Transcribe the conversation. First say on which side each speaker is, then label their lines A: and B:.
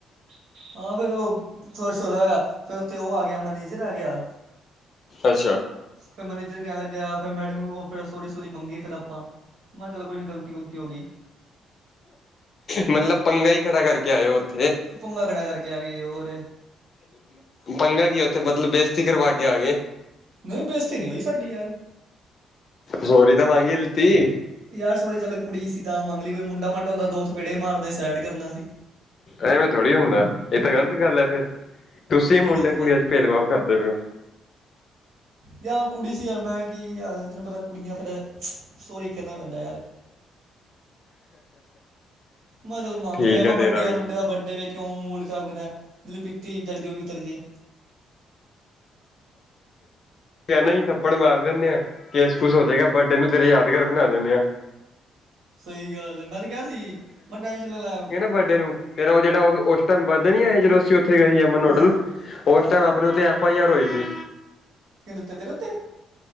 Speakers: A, on the right; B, on the left.
A: ਹਾਂ ਫੇਰ ਉਹ ਥੋ੍ਹਾ-ਛੋਰਾ ਹੋਇਆ, ਫੇਰ ਉੱਥੇ ਉਹ ਆ ਗਿਆ ਮੈਨੇਜਰ ਆ ਗਿਆ <unintelligible>
B: ਅੱਛਾ।
A: ਫੇਰ ਮੈਨੇਜਰ ਕਹਿਣ ਲੱਗਿਆ ਫਿਰ ਮੈਡਮ ਨੂੰ ਉਹ ਫਿਰ ਸੋਰੀ ਸੋਰੀ ਮੰਗੀ ਫਿਰ ਆਪਾਂ। ਮੈਂ ਚੋ ਕੋਈ ਨਹੀਂ ਗਲਤੀ-ਗਲਤੀ ਹੋ ਗਈ।
B: ਮਤਲਬ ਪੰਗਾ ਹੀ ਖੜਾ ਕਰਕੇ ਆਏ ੳਥੇ
A: ਪੁੰਗਾ ਖੜਾ ਕਰਕੇ ਆ ਗਏ, ਹੋਰ।
B: ਪੰਗਾ ਕੀ ਉੱਥੇ, ਮਤਲਬ ਬੇਇਜ਼ਤੀ ਕਰਵਾ ਕੇ ਆ ਗਏ।
A: ਨਹੀਂ ਬੇਸਤੀ ਨਹੀਂ ਹੋਈ ਸਾਡੀ ਯਾਰ
B: ਸੋਰੀ ਤਾਂ ਮੰਗ ਈ ਲੀਤੀ।
A: ਯਾਰ ਸੌਰੀ ਚੱਲ, ਕੁੜੀ ਸੀ ਤਾਂ ਮੰਗ ਲਈ ਮੈਂ ਕੋਈ ਮੁੰਡਾ-ਮੰਡਾ ਹੁੰਦਾ ਦੋ ਥਪੇੜੇ ਮਾਰਦੇ ਸਾਈਡ ਕਰਨਾ ਸੀ।
B: ਐਵੇਂ ਥੋੜ੍ਹੀ ਹੁੰਦਾ, ਇਹ ਤਾਂ ਗ਼ਲਤ ਗੱਲ ਹ ਫਿਰ, ਤੁਸੀਂ
A: ਕੀ
B: ਮੁੰਡੇ
A: ਗ਼ਲਤ
B: ਕੁੜੀਆਂ
A: ਗੱਲ
B: ਚ ਭੇਦਭਾਵ ਕਰਦੇ ਪੲਏ ਹੋ
A: ਯ ਕੁੜੀ ਸੀ ਯ ਮੈਂ ਕਿ ਯ ਤੈਨੂੰ ਪਤਾ ਕੁੜੀਆਂ ਫੇਿਰ ਸੋਰੀ ਕਹਿੰਨਾ ਪੈਂਦਾ ਯਾਰ ਮ ਚਲ ਮੰਗ
B: ਠੀਕ
A: ਲਓ ਐ
B: ਹੈ ਤੇਰਾ
A: ਬਡੇ
B: ਵੀ
A: ਆ ਮੁੰਡੇ ਦਾ ਬਡੇ ਵੇਖ ਕਿਉਂ ਮੂੜ ਖਰਾਬ ਕਰਨਾ, ਪੀਤੀ ਜੋ ਵੀ ਉਤਰ ਜਾਏ <inaudible>
B: ਕਹਿਣਾ ਹੀ ਥੱਪੜ ਮਾਰ ਦਿੰਦੇ ਹਾਂ, ਕੇਸ ਕੁਸ ਹੋ ਜਾਵੇਗਾ ਬਡੇ ਨੂੰ ਤੇਰੇ ਯਾਦਗਾਰ ਬਣਾ ਦਿੰਨੇ ਆ
A: ਸਹੀ ਗੱਲ ਮੈਂ ਤੇ ਕਿਹਾ ਸੀ, ਮੈਂ ਕਿਹਾ ਟੈਨਸ਼ਨ ਨਾ ਲੈ ਲੈ
B: ਵੱਡੇ ਨੂੰ ਤੇਰਾ ਉਹ ਜਿਹੜਾ ਉਹ ਉਸ ਟਾਈਮ ਬਡੇ ਜਦੋਂ ਅਸੀਂ ਉੱਥੇ ਗਏ ਸੀ ਅਮਨ ਹੋਟਲ,
A: ਹਾਂ
B: ਉਸ
A: ਹਾਂ-ਹਾਂ
B: ਟਾਈਮ ਆਪਣੇ ਐਫ ਆਈ ਆਰ ਹੋ ਸੀ
A: ਕਿਦੇ ੳਤੇ ਤੇਰੇ ੳਤੇੇ